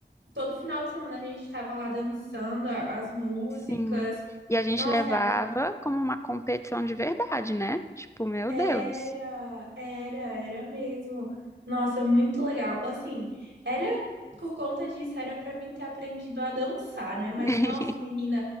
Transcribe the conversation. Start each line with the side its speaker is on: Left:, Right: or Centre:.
Right: todo final de semana a gente estava lá dançando a- as músicas.
Left: Sim. E a gente
Right: Nossa,
Left: levava
Right: era
Left: como uma competição de verdade, né? Tipo, meu Deus.
Right: Era, era, era mesmo. Nossa, muito legal. Assim, era por conta disso, era pra mim ter aprendido a dançar, né? Mas,
Left: <laughs>
Right: nossa, menina,